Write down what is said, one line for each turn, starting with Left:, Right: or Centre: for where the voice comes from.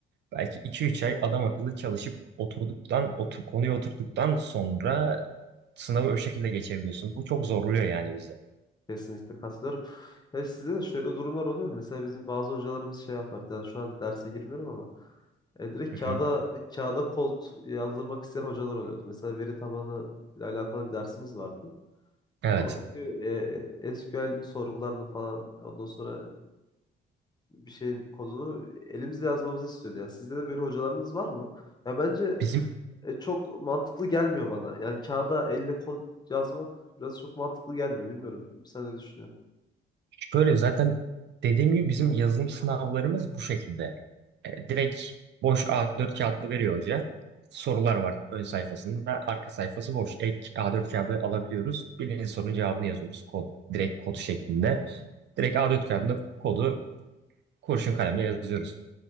Right: Belki iki üç ay adam akıllı çalışıp oturduktan, otur, konuyu oturttuktan sonra sınavı o şekilde geçebiliyorsun. Bu çok zorluyor yani bizi.
Left: Kesinlikle katılıyorum. Ya sizde de şöyle durumlar oluyor mu? Mesela bizim bazı hocalarımız şey yapar. Yani şu an derse girmiyorum ama e, direkt
Right: Hı hı.
Left: kağıda kağıda kod yazdırmak isteyen hocalar oluyordu. Mesela veri tabanı ile alakalı bir dersimiz vardı.
Right: Evet.
Left: Oradaki e, SQL sorgularını falan ondan sonra bir şeyin kodunu elimizle yazmamızı istiyordu. Yani sizde de böyle hocalarınız var mı? Ya bence
Right: Bizim
Left: e, çok mantıklı gelmiyor bana. Yani kağıda elle kol yazmak biraz çok mantıklı gelmiyor. Bilmiyorum. Sen ne düşünüyorsun?
Right: Şöyle zaten dediğim gibi bizim yazılım sınavlarımız bu şekilde. E, direkt boş A4 kağıdını veriyor hoca. Sorular var ön sayfasında. Arka sayfası boş. Ek A4 kağıdı alabiliyoruz. Bilinen sorunun cevabını yazıyoruz. Kod, direkt kod şeklinde. Direkt A4 kağıdında kodu kurşun kalemle yazıyoruz.